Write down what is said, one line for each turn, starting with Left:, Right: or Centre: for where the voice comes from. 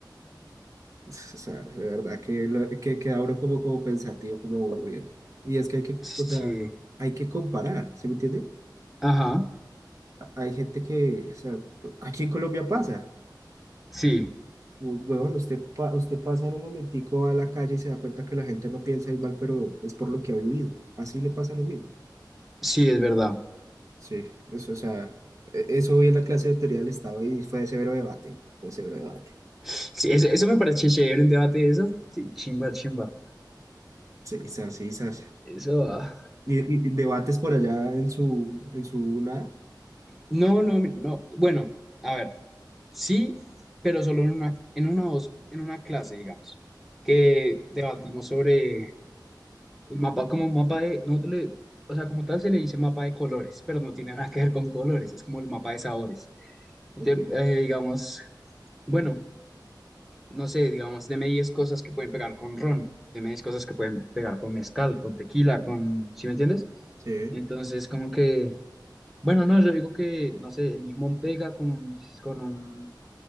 Right: O sea, de verdad que, lo, que queda uno como, como pensativo, como aburrido. Y es que hay que,
Centre: Sí.
Right: o sea, hay que comparar, ¿sí me entiende?
Centre: Ajá,
Right: Hay gente que, o sea, aquí en Colombia pasa.
Centre: sí,
Right: Huevón, usted, pa- usted pasa en un momentico a la calle y se da cuenta que la gente no piensa igual, pero es por lo que ha vivido. Así le pasa lo mismo.
Centre: sí, es verdad.
Right: Sí, eso, o sea, e- eso vi en la clase de teoría del Estado y fue severo debate, fue severo debate.
Centre: Sí, eso, eso me parece chévere, un debate de eso. sí, Chimba, chimba.
Right: Sí, esas, sí, sas.
Centre: Eso. ah.
Right: Y, y- y debates por allá en su, en su nada.
Centre: No, no, no. Bueno, a ver, sí, pero solo en una, en una, os- en una clase, digamos, que debatimos sobre el mapa, como un mapa de, nosotros le- o sea, como tal se le dice mapa de colores, pero no tiene nada que ver con colores, es como el mapa de sabores. Entonces,
Right: Ok,
Centre: eh, digamos, bueno. no sé, digamos, deme 10 cosas que pueden pegar con ron, deme 10 cosas que pueden pegar con mezcal, con tequila, con, ¿sí me entiendes?
Right: sí.
Centre: Entonces, como que, bueno, no, yo digo que, no sé, el limón pega con, un- con un